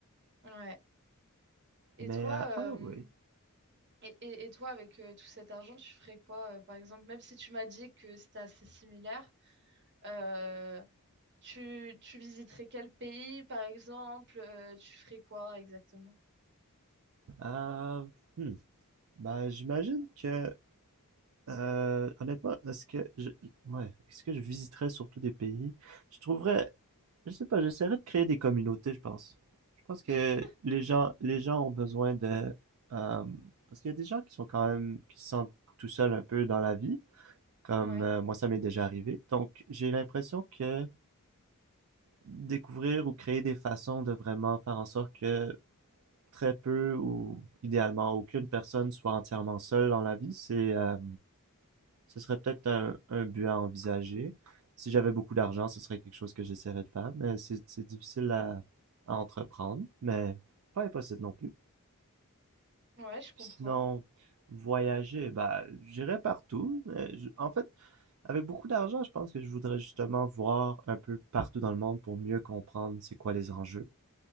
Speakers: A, on the right (about 55°); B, on the right (about 70°).
A: ouais. Et
B: Mais,
A: toi,
B: euh,
A: euh,
B: ah oui,
A: Et, et- et toi, avec euh, tout cet argent, tu ferais quoi, euh, par exemple, même si tu m'as dit que c'était assez similaire, euh, tu, tu visiterais quel pays, par exemple, euh, tu ferais quoi exactement?
B: euh, hmm. Ben, j'imagine que, euh, honnêtement, est-ce que je, ouais, est-ce que je visiterais surtout des pays? Je trouverais, je sais pas, j'essaierais de créer des communautés, je pense. Je pense que
A: <laughs>
B: les gens, les gens ont besoin de, euh, parce qu'il y a des gens qui sont quand même, qui se sentent tout seuls un peu dans la vie, comme
A: Ouais,
B: euh, moi ça m'est déjà arrivé. Donc j'ai l'impression que découvrir ou créer des façons de vraiment faire en sorte que très peu ou idéalement aucune personne soit entièrement seule dans la vie, c'est euh, ce serait peut-être un, un but à envisager. Si j'avais beaucoup d'argent, ce serait quelque chose que j'essaierais de faire, mais c'est c'est difficile à, à entreprendre, mais pas impossible non plus.
A: ouais, je comprends.
B: Sinon, voyager, bah, j'irais partout. mais je- en fait, avec beaucoup d'argent, je pense que je voudrais justement voir un peu partout dans le monde pour mieux comprendre c'est quoi les enjeux,